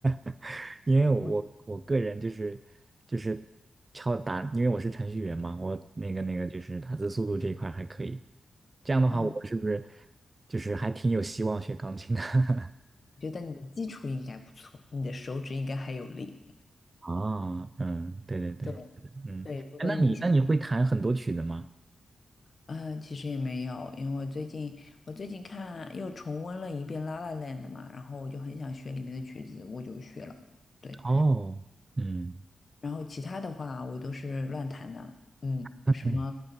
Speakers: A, on the right; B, on the left.
A: <laughs> 因为我我个人就是就是敲打，
B: 我
A: 因为我是程序员嘛，我那个那个就是打字速度这一块还可以。这样的话，
B: 哦，
A: 我是不是就是还挺有希望学钢琴的？<laughs>
B: 我觉得你的基础应该不错，你的手指应该还有力。
A: 啊，嗯，对对对，
B: 对
A: 嗯，
B: 对，如果你想。
A: 哎，那你那你会弹很多曲子吗？
B: 嗯，其实也没有，因为我最近我最近看又重温了一遍《La La Land》嘛，然后我就很想学里面的曲子，我就学了。对，
A: 哦，嗯
B: 然后其他的话我都是乱弹的，嗯，
A: 嗯
B: 什么